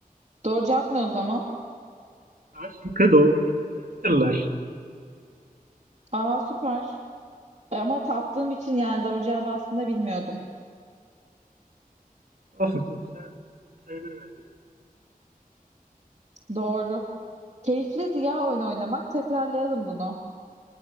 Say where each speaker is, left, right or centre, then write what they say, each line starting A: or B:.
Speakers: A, on the right (about 50°); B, on the right (about 75°).
A: Doğru cevap ne o zaman?
B: A şıkkı doğru. Hititler, Mısırlılar.
A: Aa süper. E, Ama tattığım için yani doğru cevabı aslında bilmiyordum.
B: Olsun sonuçta sayılır bence.
A: Doğru. Keyifliydi ya oyun oynamak. Tekrarlayalım bunu.